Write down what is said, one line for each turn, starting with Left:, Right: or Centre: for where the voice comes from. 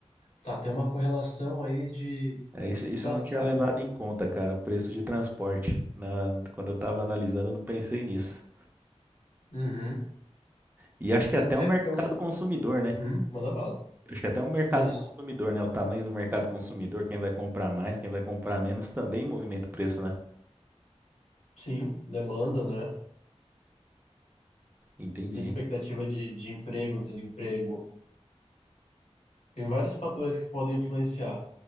Left: Tá, tem uma correlação aí de.
Right: É, isso, isso
Left: ca-
Right: eu não tinha
Left: a-
Right: levado em conta, cara, o preço de transporte. Na- quando eu tava analisando, eu não pensei nisso.
Left: Uhum.
Right: E acho que é até
Left: É
Right: o mercado
Left: porque é um.
Right: consumidor, né?
Left: Uhum, manda bala.
Right: Acho que é até o mercado
Left: Isso.
Right: consumidor, né? O tamanho do mercado consumidor, quem vai comprar mais, quem vai comprar menos, também movimenta o preço, né?
Left: Sim, demanda, né?
Right: Entendi.
Left: Expectativa de, de emprego, desemprego. Tem vários fatores que podem influenciar.